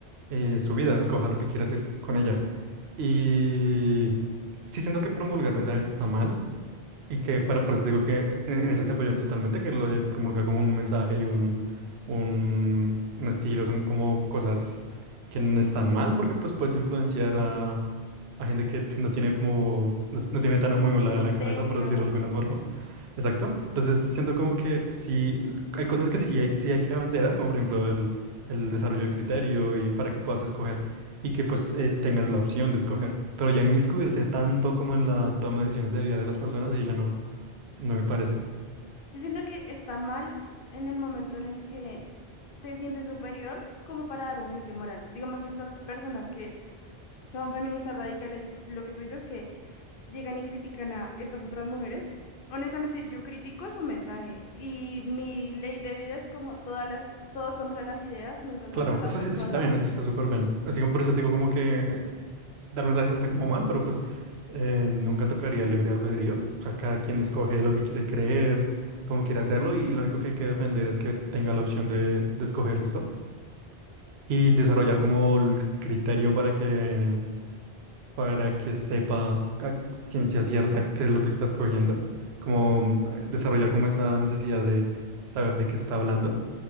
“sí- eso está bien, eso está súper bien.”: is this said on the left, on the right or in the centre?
Right